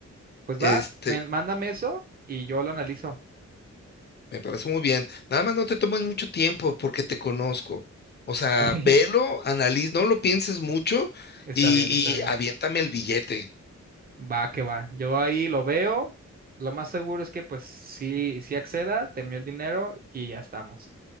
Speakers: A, on the right; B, on the left.
A: Pues
B: Este,
A: va, men- mándame eso y yo lo analizo.
B: me parece muy bien. Nada más no te tomes mucho tiempo porque te conozco. O sea,
A: Ok, <laughs>
B: velo, analiz, no lo pienses mucho
A: está
B: y,
A: bien, está bien.
B: y aviéntame el billete.
A: Va, que va. Yo ahí lo veo. Lo más seguro es que pues sí, sí acceda, te envío el dinero y ya estamos.